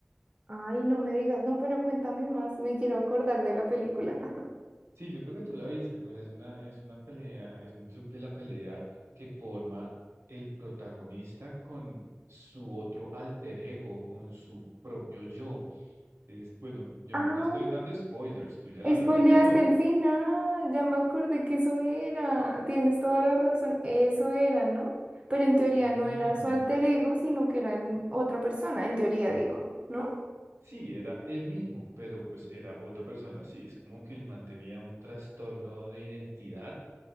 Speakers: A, on the right; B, on the right.
A: Ay, no me digas, no, pero cuéntame más, me quiero acordar de la película. <laughs>
B: Sí, yo creo que tú la viste, pues es una, es una pelea, es un club de la pelea que forma el protagonista con su otro alter ego, con su propio yo. Es, bueno, yo
A: Ah.
B: no te estoy dando spoilers, tú ya la
A: Spoileaste
B: viste, ¿no?
A: el final, ya me acordé que eso era. Tienes toda la razón, eso era, ¿no? Pero en teoría
B: Y
A: no era su alter ego, sino que era el- otra persona, en teoría digo, ¿no?
B: sí, era él mismo, pero pues era otra persona. Sí, es como que él mantenía un trastorno de identidad